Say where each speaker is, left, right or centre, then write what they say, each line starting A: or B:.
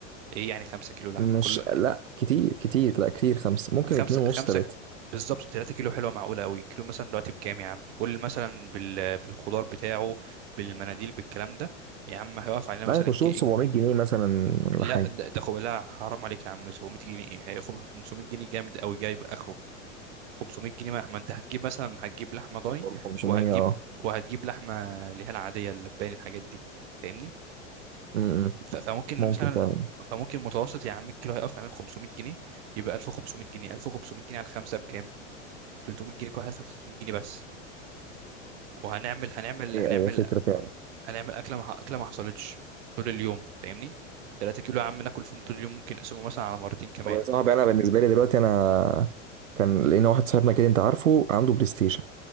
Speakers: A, on the right; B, on the right.
A: ايه يعني 5
B: مش
A: كيلو لحمه كله
B: لا كتير كتير لا كتير خمسة ممكن
A: خمسة
B: اتنين ونص
A: خمسة
B: تلاتة
A: كت- بالظبط 3 كيلو حلوة معقولة قوي كيلو مثلا دلوقتي بكام يا عم قول مثلا بال... بالخضار بتاعه بالمناديل بالكلام ده يا عم هيقف علينا مثلا
B: لا يخشوا
A: الكي...
B: 700 جنيه مثلا ولا
A: لا
B: حاجة
A: ده, ده خو... لا حرام عليك يا عم 700 جنيه ايه هي خم- 500 جنيه جامد قوي جايب اخره 500 جنيه ما ما انت هتجيب مثلا هتجيب لحمة ضاني
B: 500
A: وهتجيب
B: اه
A: وهتجيب لحمة اللي هي العادية اللباني الحاجات دي فاهمني
B: امم
A: ف... فممكن
B: ممكن
A: مثلا
B: فعلا
A: فممكن متوسط يا عم الكيلو هيقف علينا ب 500 جنيه يبقى 1500 جنيه 1500 جنيه على الخمسة بكام 300 جنيه كل واحد يدفع 300 جنيه بس وهنعمل هنعمل
B: هي
A: هنعمل
B: هي فكرة فعلا
A: هنعمل اكله ما اكله ما حصلتش طول اليوم فاهمني 3 كيلو يا عم ناكل فيهم طول اليوم ممكن نقسمه مثلا على مرتين كمان
B: طب يا صاحبي أنا بالنسبة لي دلوقتي أنا كان لقينا واحد صاحبنا كده أنت عارفه عنده بلاي ستيشن